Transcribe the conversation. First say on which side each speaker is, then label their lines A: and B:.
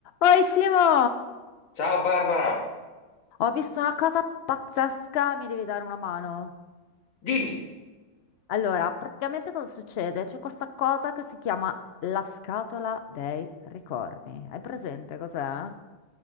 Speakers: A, on the left; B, on the left.
A: Oi Simo,
B: Ciao Barbara,
A: ho visto una cosa pazzesca, mi devi dare una mano.
B: dimmi.
A: Allora, praticamente cosa succede? C'è questa cosa che si chiama la scatola dei ricordi. Hai presente cos'è?